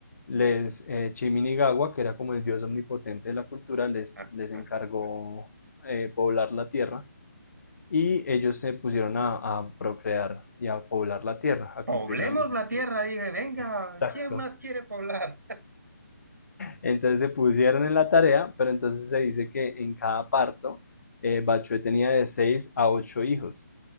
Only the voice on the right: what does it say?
ah,
ah.
Poblemos
la
tierra,
dije, venga,
¿quién más quiere poblar?